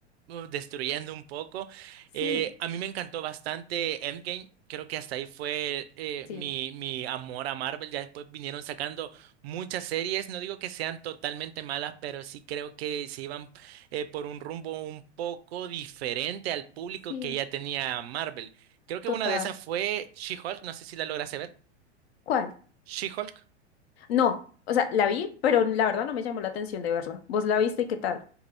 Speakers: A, on the right (about 60°); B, on the left (about 60°).
A: uh, destruyendo un poco.
B: Sí,
A: Eh, a mí me encantó bastante Endgame. Creo que hasta ahí fue eh,
B: sí,
A: mi, mi amor a Marvel. Ya después vinieron sacando muchas series. No digo que sean totalmente malas, pero sí creo que se iban eh, por un rumbo un poco diferente al público
B: sí,
A: que ya tenía Marvel. Creo que
B: total.
A: una de esas fue She-Hulk, no sé si la lograste ver.
B: ¿Cuál?
A: She-Hulk,
B: No, o sea, la vi, pero la verdad no me llamó la atención de verla. ¿Vos la viste y qué tal?